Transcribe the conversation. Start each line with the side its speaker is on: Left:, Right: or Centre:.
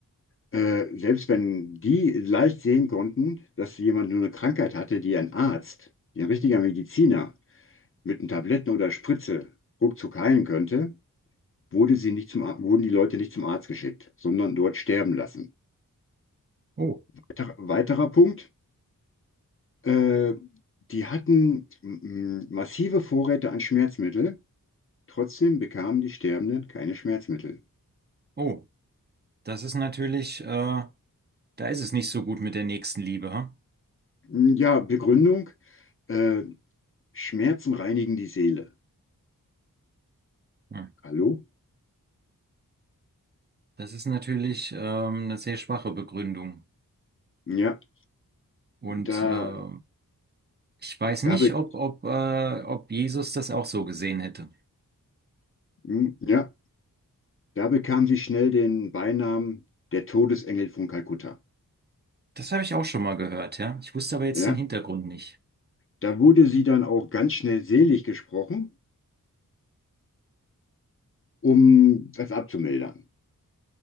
Left: Äh, selbst wenn die leicht sehen konnten, dass jemand nur eine Krankheit hatte, die ein Arzt, die ein richtiger Mediziner mit einem Tabletten oder Spritze ruckzuck heilen könnte, wurde sie nicht zum, Ar- wurden die Leute nicht zum Arzt geschickt, sondern dort sterben lassen.
Right: Oh,
Left: Weiter, weiterer Punkt, äh, die hatten mm, massive Vorräte an Schmerzmittel, trotzdem bekamen die Sterbenden keine Schmerzmittel.
Right: oh, das ist natürlich, äh, da ist es nicht so gut mit der nächsten Liebe, hm?
Left: Mm, Ja, Begründung, äh, Schmerzen reinigen die Seele.
Right: Hm.
Left: Hallo?
Right: Das ist natürlich ähm, eine sehr schwache Begründung.
Left: Ja,
Right: Und
Left: da
Right: äh, ich weiß nicht,
Left: Da be
Right: ob, ob, äh, ob Jesus das auch so gesehen hätte.
Left: hm, ja, da bekam sie schnell den Beinamen der Todesengel von Kalkutta.
Right: Das habe ich auch schon mal gehört, ja. Ich wusste aber jetzt
Left: Ja,
Right: den Hintergrund nicht.
Left: da wurde sie dann auch ganz schnell selig gesprochen, um das abzumildern.